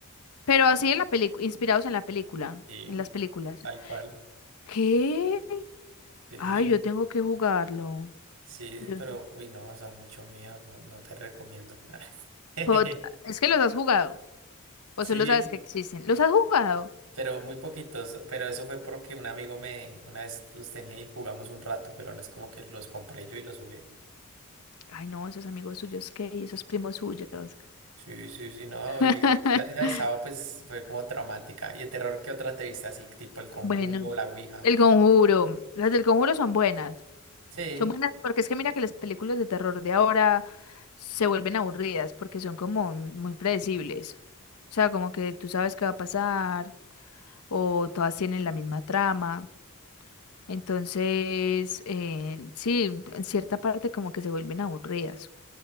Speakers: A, on the left; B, on the right.
A: Pero así en la película, inspirados en la película,
B: Sí,
A: en las películas.
B: tal cual.
A: ¿Qué?
B: <laughs>
A: Ay,
B: Sí,
A: yo tengo que jugarlo.
B: sí,
A: Yo-
B: pero, uy, no, eso da mucho miedo, no, no te recomiendo. <laughs>
A: Pod- Es que los has jugado, o
B: Sí,
A: solo sabes que existen. ¿Los has jugado?
B: pero muy poquitos. Pero eso fue porque un amigo me, una vez los tenía y jugamos un rato, pero no es como que los compré yo y los jugué.
A: Ay, no, esos amigos suyos, ¿qué? Y esos primos suyos.
B: Sí, sí, sí, no,
A: <laughs>
B: y esa, esa de sábado pues fue como traumática. ¿Y de terror qué otra te viste así, tipo El Conjuro,
A: Bueno,
B: La Ouija?
A: El Conjuro. Las del Conjuro son buenas.
B: Sí,
A: Son buenas porque es que mira que las películas de terror de ahora se vuelven aburridas porque son como muy predecibles. O sea, como que tú sabes qué va a pasar o todas tienen la misma trama. Entonces, eh, sí, en cierta parte como que se vuelven aburridas.